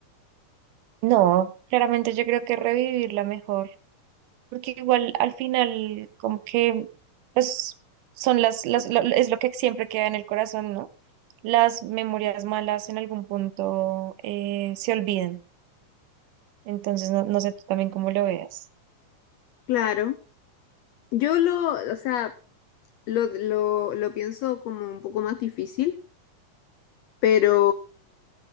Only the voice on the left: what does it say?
Claro, yo lo, o sea, lo, lo, lo pienso como un poco más difícil, pero